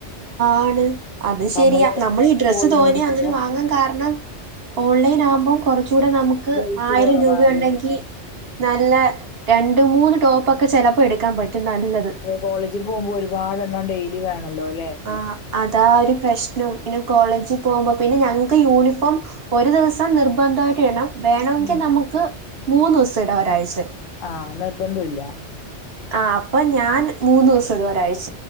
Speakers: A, on the right; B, on the left.
A: ആണ് അത് ശെരിയാ
B: നമ്മള്
A: നമ്മളീ ഡ്രസ്സ്
B: പോയി
A: തോനെയാ
B: മേടിക്കുമ്പോ
A: അങ്ങനെ വാങ്ങാൻ കാരണം ഓൺലൈൻ ആവുമ്പം കെർച്ചൂടെ നമുക്ക്
B: റേറ്റ്
A: ആയിരം
B: കൊറവാണ്
A: രൂപണ്ടെങ്കി നല്ല രണ്ട് മൂന്ന് ടോപ്പൊക്കെ ചെലപ്പോ എടുക്കാൻ പറ്റും നല്ലത്.
B: കോളേജീപോകുമ്പോ ഒരുപാടെണ്ണം ഡെയ്ലി വേണല്ലോല്ലെ.
A: ആഹ് അതാ ഒരു പ്രശ്നം പിന്നെ കോളേജീ പോകുമ്പോ പിന്നെ ഞങ്ങക്ക് യൂണിഫോം. ഒരു ദിവസം നിർബന്ധായിട്ട്ടെണം വേണെങ്കിൽ
B: ഉം.
A: നമുക്ക് മൂന്നൂസം ഇടാ ഒരാഴ്ചേൽ
B: ആഹ് നിർബന്ധോല്ല.
A: ആഹ് അപ്പ ഞാൻ മൂന്നൂസടും ഒരാഴ്ച.